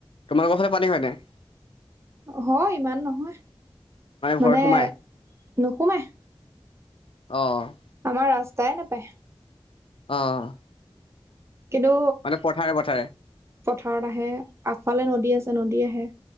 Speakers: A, on the left; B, on the right.
A: তোমালোকৰ ফালে পানী হয় নাই?
B: হয় ইমান নহয়, মানে
A: ঘৰত সোমাই
B: নোসোমায়।
A: অ'
B: আমাৰ ৰাস্তাই নাপায়।
A: অ'
B: কিন্তু
A: মানে পথাৰে পথাৰে।
B: পথাৰত আহে, আগফালে নদী আছে নদী আহে।